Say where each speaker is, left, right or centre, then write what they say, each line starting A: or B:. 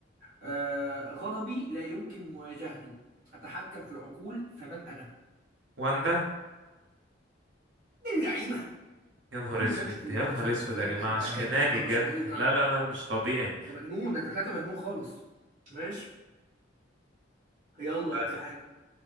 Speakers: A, on the right (about 40°); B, on the right (about 75°).
A: آه غضبي لا يمكن مواجهته اتحكم في العقول فمن انا
B: واندا
A: من اللعيبة
B: يا نهار
A: تقول لي
B: اسود
A: مالكش في المسلسلات
B: يا نهار اسود
A: والافلام
B: يا جماعه
A: ده انت
B: اشكناني
A: انت انت مش
B: بجد
A: فظيع ده
B: لا
A: انت
B: لا لا مش طبيعي
A: مجنون ده انت طلعت مجنون خالص ماشي يلا
B: فعلا
A: هات لي حاجة